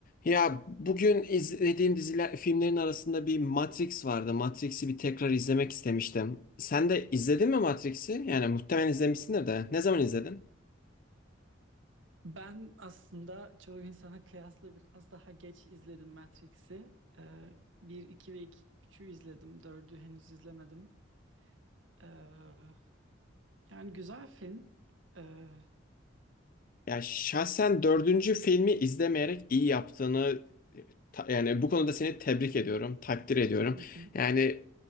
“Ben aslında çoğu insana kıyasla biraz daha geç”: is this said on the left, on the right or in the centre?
Right